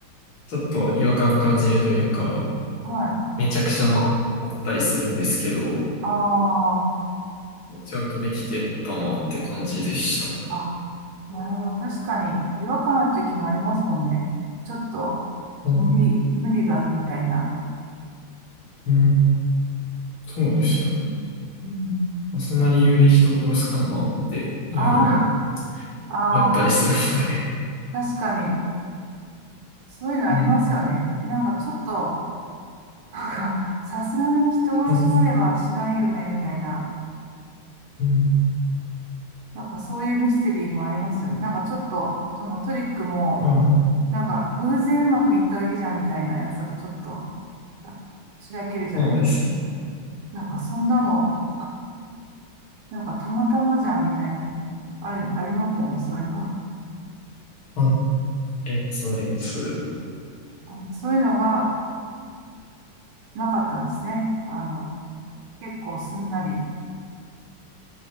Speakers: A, on the left; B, on the right.
A: ちょっと違和感感じるというか、
B: はい。
A: めちゃくちゃな、あったりするんですけど、
B: ああ、
A: ちゃんとできてたなって感じでしたね。
B: あなるほど。確かに違和感ある時もありますもんね。ちょっと
A: うん
B: 無理、無理があるみたいな。
A: うんそうですよね。
B: うん。
A: まあそんな理由で人殺すかなっていうのが
B: ああ、ああ、
A: あったりするので。
B: 確かに、そういうのありますよね。
A: うん。
B: なんかちょっと、なんか、さすがに人殺しまではしないよね、
A: そうです
B: みたいな。
A: うん
B: なんかそういうミステリーもありますよね。なんかちょっと、そのトリックも、
A: はい
B: なんか偶然うまくいっただけじゃんみたいなやつだとちょっと、あしらけるじゃない。
A: そうですよ。
B: なんかそんなのなんかたまたまじゃんみたいなね、ある、ありますよね、そういうの。
A: ああります、あります。
B: あそういうのがなかったんですね。あの、結構すんなり、